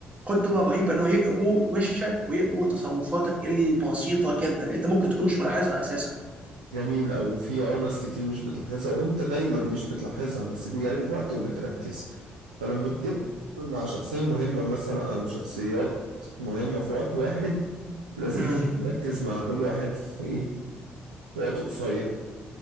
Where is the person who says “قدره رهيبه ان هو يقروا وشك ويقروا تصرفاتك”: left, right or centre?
Right